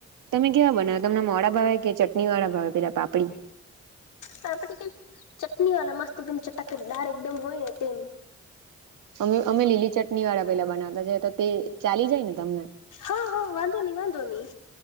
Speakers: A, on the right; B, on the left.
A: તમે કેવા બનાવ તમને મોડા ભાવે કે ચટણી વાળા ભાવે પેલા પાપડી
B: પાપડી કે ચટણી વાળ મસ્ત એકદમ ચટાકેટદાર એકદમ હોય ને તેવું
A: અમે અમે લીલી ચટણી વાળા પેલા બનાવતા છે તો તે ચાલી જાય ને? તમને
B: હા હા વાંધો નહી વાંધો નહી.